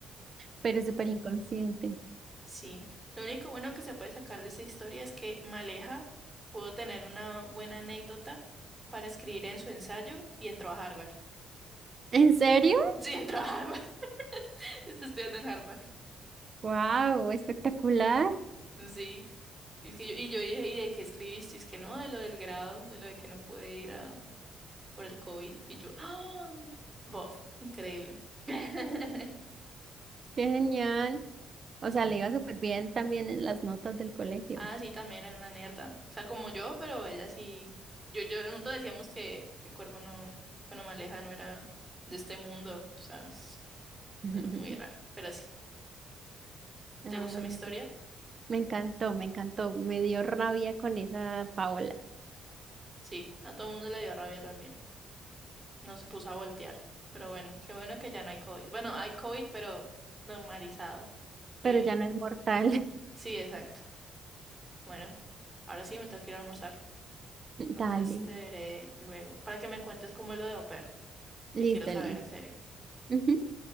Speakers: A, on the right (about 40°); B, on the right (about 15°).
A: pero súper inconsciente.
B: Sí. Lo único bueno que se puede sacar de esta historia es que Maleja pudo tener una buena anécdota para escribir en su ensayo y entró a Harvard. <laughs>
A: ¿En serio?
B: Sí, entró a Harvard. <laughs> Está estudiando en Harvard.
A: ¡Wow! Espectacular,
B: Sí. Y, es que yo, y yo dije, ¿y de qué escribiste? Y es que no, de lo del grado, de lo de que no pude ir a, por el COVID. Y yo, ¡ah! Bof, increíble. <laughs>
A: qué genial. O
B: Sí.
A: sea, le iba súper bien también en las notas del colegio.
B: Ah, sí, también era una nerda. O sea, como yo, pero ella sí. Yo, yo, nosotros decíamos que, que Cuervo no, bueno, Maleja no era de este mundo. O sea, es-
A: <laughs>
B: era muy raro. Pero sí.
A: Ah,
B: ¿Te gustó
A: bueno,
B: mi historia?
A: sí. me encantó, me encantó. Me dio rabia con esa Paola,
B: Sí, a todo el mundo le dio rabia también. Nos puso a voltear. Pero bueno, qué bueno que ya no hay COVID. Bueno, hay COVID, pero normalizado. Muy
A: pero
B: bien.
A: ya no es mortal.
B: Sí, exacto. Bueno, ahora sí me tengo que ir a almorzar.
A: <laughs>
B: Entonces
A: Dale,
B: te veré luego para que me cuentes cómo es lo de au pair, porque
A: listo,
B: quiero saber
A: listo.
B: en serio.
A: Ujú.